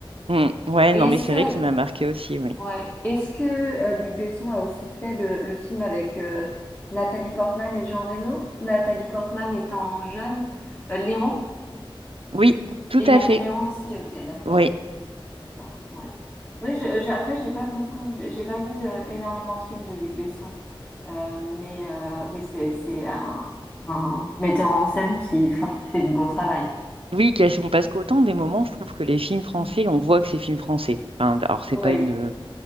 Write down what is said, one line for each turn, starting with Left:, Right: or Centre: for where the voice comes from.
Right: Mm. Ouais,
Left: Et
Right: non,
Left: est-ce
Right: mais c'est
Left: que,
Right: vrai qu'il m'a marqué aussi, oui.
Left: ouais, est-ce que euh, Luc Besson a aussi fait le, le film avec euh, Nathalie Portman et Jean Reno? Nathalie Portman étant jeune, Euh, Léon,
Right: Oui, tout
Left: et il
Right: à
Left: a
Right: fait.
Left: fait Léon aussi, ok, d'accord.
Right: Oui,
Left: D'accord, ouais. Oui, je, je- après, j'ai pas beaucoup, vu- j'ai pas vu de, énormément de films de Luc Besson, Euh, mais euh, oui, c'est c'est un, un metteur en scène qui, enfin, qui fait du bon travail.
Right: oui, qu'elles sont- parce qu'autant des moments, je trouve que les films français, on voit que c'est films français. Enfin, alors, c'est
Left: Oui.
Right: pas une,